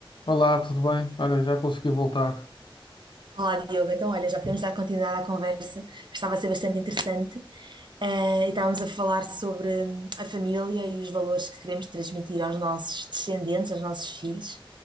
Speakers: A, on the left (about 60°); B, on the right (about 55°).
A: Olá, tudo bem? Olha, já consegui voltar.
B: Olá, Diogo. Então, olha, já podemos dar continuidade à conversa, que estava a ser bastante interessante. Eh, e estávamos a falar sobre hum, a família e os valores que queremos transmitir aos nossos descendentes, aos nossos filhos,